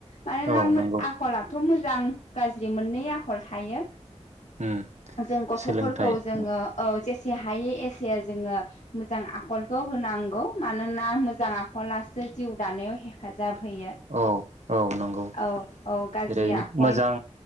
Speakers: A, on the left; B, on the right.
A: मानोना
B: औ नंगौ
A: आखलाथ' मोजां मोजां गाज्रि मोननै आखल थायो।
B: उम
A: जों गथ'फोरखौ
B: सोलोंथाइ
A: जोङो।
B: औ
A: एसे हायै एसे जोङो मोजां आखलखौ होनांगौ मानोना मोजां आखलासो जिउ दानायाव हेफाजाब जाब होयो
B: औ औ नंगौ
A: औ औ गाज्रि
B: जेरै
A: आखल।
B: मोजां